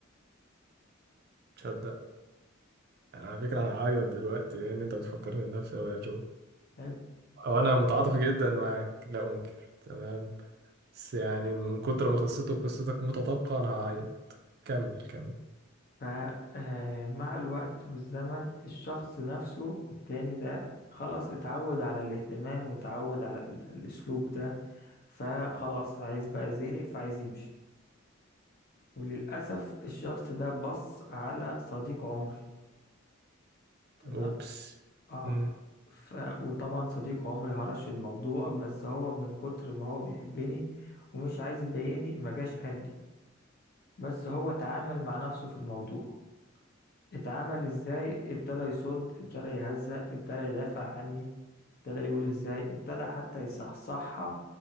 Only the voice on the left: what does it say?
حلو
ف آه، مع الوقت والزمن الشخص نفسه التاني ده خلاص اتعود على الاهتمام واتعود على ال- الاسلوب ده فخلاص عايز بقى زهق فعايز يمشي وللأسف الشخص ده بص على صديق عمري تمام
آه.
ف... وطبعا صديق عمري هرش الموضوع بس هو من كتر ما هو بيحبني ومش عايز يضايقني ما جاش قال لي بس هو اتعامل مع نفسه في الموضوع اتعامل ازاي ابتدى يصد ابتدى يهزأ ابتدى يدافع عني ابتدى يقول ازاي ابتدى حتى يصحصحها